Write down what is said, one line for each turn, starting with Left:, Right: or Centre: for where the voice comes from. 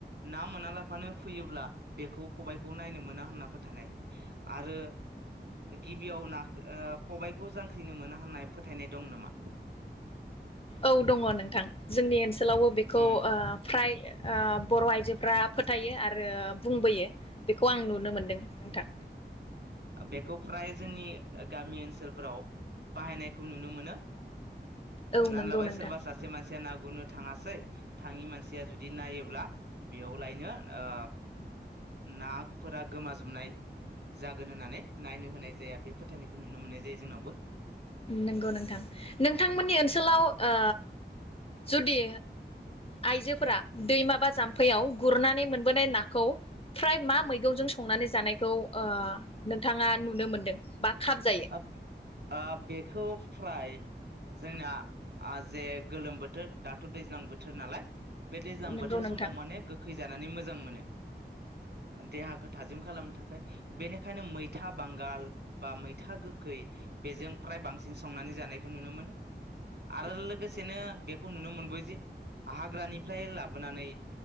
Right: ना मोना लाफानो फैयोब्ला बेखौ खबायाइखौ नायनो मोना होनना फोथायनाय आरो गिबियाव नाखो ओ खबाय ख जांख्रिनो मोना होननाय फोथायनाय दं नामा?
Left: औ दङ नोंथां जोंनि ओनस थोलावयो बेखौ
Right: उम
Left: आ फ्राय आ बर आइजोफ्रा फोथायो आरो बुंबोयो बेखौ आं नुनो मोनदों नोंथां।
Right: बेखौ फ्राय जोंनि गामि ओनसोल फोराव बाहायनायखौ नुनो मोनो
Left: औ
Right: हमना
Left: नंगौ
Right: लाबाय
Left: नोंथां
Right: सार बा सासे मानसिया ना गुरनो थाङासै थाङि मानसिया जुदि नायोब्ला बेयावलायनो ओ नाफोरा गोमाजोबनाय जाग गोन होननानै नायनो होनाय जाया बे फोथायनायखौ नुनो मोननाय जायो जोंनावबो।
Left: नंगौ नोंथां नोंथांमोननि
Right: जोंनावबो
Left: ओनसोलाव ओ जुदि आइजोफोरा दैमाबा जाम्फैयाव गुरनानै मोनबोनाय नाखौ फ्राय मा मैगंजों संनानै जानायखौ ओ नोंथाङा नुनो मोनदों? बा खाब जायो
Right: आब आ बेखौ फ्राय जोंना जे गोलोम बोथोर दाथ दैज्लां बोथोर नालाय बे दैज्लां
Left: नंगौ
Right: बोथोर
Left: नोंथां
Right: समाव माने गोखै जानानै मोजां मोनो देहाखौ थाजिम खालामनो थाखाय बेनिखायनो मैथा बांगाल बा मै था गोखै बेजों फ्राय बांसिन संनानै जानायखौ नुनो मोनो आरो लोगोसेनो बेखौ नुनो मोनबो जे हाग्रानिफ्राय लाबोनानै